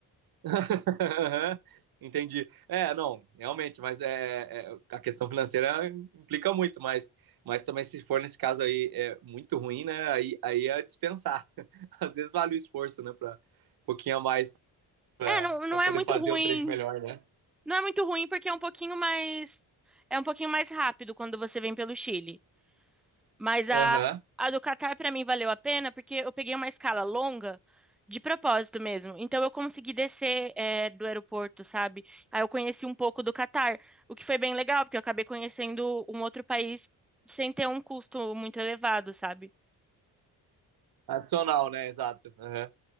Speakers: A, on the right; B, in the centre.
A: <laughs> Entendi. É, não, realmente, mas é, é, a questão financeira implica muito, mas, mas também se for nesse caso aí é muito ruim, né? Aí, aí é dispensar. <laughs> Às vezes vale o esforço, né? Para um pouquinho a mais para
B: É, não, não é
A: poder
B: muito
A: fazer
B: ruim.
A: o trecho melhor, né?
B: Não é muito ruim porque é um pouquinho mais é um pouquinho mais rápido quando você vem pelo Chile. Mas a
A: Aham.
B: a do Catar para mim valeu a pena porque eu peguei uma escala longa de propósito mesmo. Então eu consegui descer é, do aeroporto, sabe? Aí eu conheci um pouco do Catar, o que foi bem legal porque eu acabei conhecendo um outro país sem ter um custo muito elevado, sabe?
A: Adicional, né? Exato. Aham.